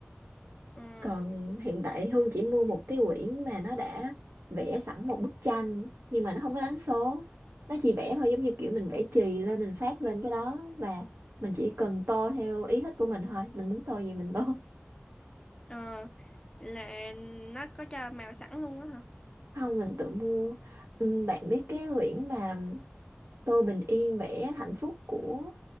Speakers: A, on the left; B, on the right.
A: ờ
B: còn hiện tại Hương chỉ mua một cái quyển mà nó đã vẽ sẵn một bức tranh nhưng mà nó không có đánh số nó chỉ vẽ thôi giống như kiểu mình vẽ chì lên mình phát lên cái đó và mình chỉ cần tô theo ý thích của mình thôi mình muốn tô gì mình tô
A: ờ là nó có cho màu sẵn luôn á hả
B: Không, mình tự mua. Ừ, bạn biết cái quyển mà Tô Bình Yên vẽ hạnh phúc của